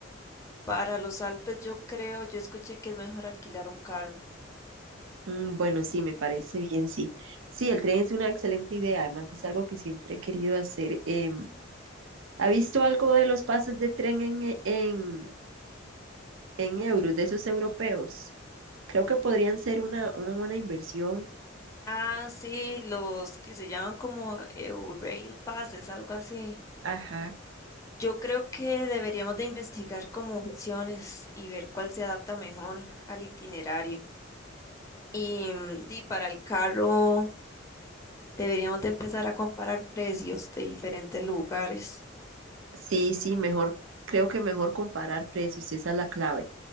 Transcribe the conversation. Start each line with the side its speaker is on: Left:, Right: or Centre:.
Left: Para los Alpes yo creo, yo escuché que es mejor alquilar un carro.
Right: Mm, bueno, sí, me parece bien, sí. Sí, el tren es una excelente idea, además es algo que siempre he querido hacer. Em, ¿ha visto algo de los pases de tren en, e- en, en euros, de esos europeos? Creo que podrían ser una, una buena inversión.
Left: Ah, sí, los que se llaman como Eurail Pass, es algo así.
Right: Ajá.
Left: Yo creo que deberíamos de investigar como opciones y ver cuál se adapta mejor al itinerario. Y, mm, di, para el carro deberíamos de empezar a comparar precios de diferentes lugares.
Right: Sí, sí, mejor, creo que mejor comparar precios, esa es la clave.